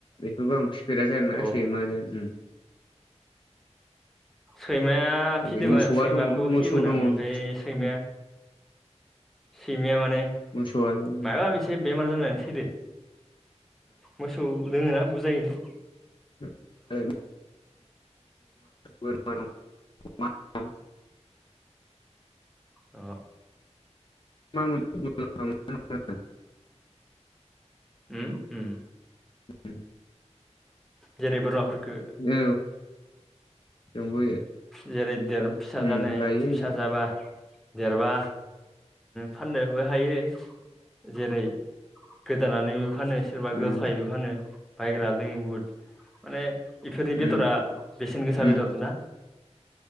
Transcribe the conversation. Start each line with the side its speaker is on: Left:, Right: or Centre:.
Left: बेखौबो आं फिफेराखै आरो
Centre: औ
Left: ना सैमाजों ओं
Centre: सैमाया फिदोंमोन
Left: ओरै मोसौआ
Centre: सैमाखौबो
Left: दङ मोसौ
Centre: फियोमोन आं
Left: दङ
Centre: ओमफ्राय
Left: उम
Centre: सैमाया सैमाया माने
Left: मोसौआलाय उम ओ
Centre: मायाव आं एसे बेमार जानानै थैदो मोसौ दोङोना बुरजायैनो
Left: <unintelligible> बोरमा दं‌ अमा दं
Centre: औ
Left: मा <unintelligible>
Centre: उ उम
Left: उम
Centre: जेरै बोरमाफोरखौ
Left: औ जोंबो
Centre: जेरै देर फिसा
Left: उम
Centre: जानाय
Left: लायो
Centre: फिसा
Left: नोंथां
Centre: जाबा देरबा फाननोबो हायो जेरै गोदानानैबो फानो सोरबा
Left: उम
Centre: गथायैबो फानो बायग्रा जोङो बुहुद माने इफोरनि बेदरा
Left: उम
Centre: बेसेन गोसा
Left: उम
Centre: बेदर ना